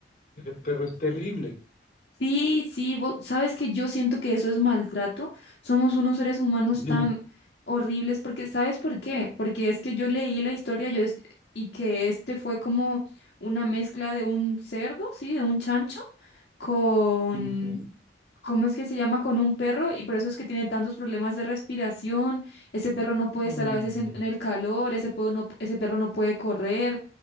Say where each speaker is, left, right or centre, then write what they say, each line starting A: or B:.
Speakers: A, on the left; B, on the left.
A: Ese perro es terrible. <laughs>
B: Sí, sí, vos sabes que yo siento que eso es maltrato. Somos unos seres humanos
A: Sí.
B: tan horribles porque, ¿sabes por qué? Porque es que yo leí la historia yo es- y que este fue como una mezcla de un cerdo, sí, de un chancho con
A: Ok. Ay,
B: ¿Cómo es que se llama con un perro? Y por eso es que tiene tantos problemas de respiración. Ese perro no puede
A: no.
B: estar a veces en, en el calor, ese, puedo no- ese perro no puede correr.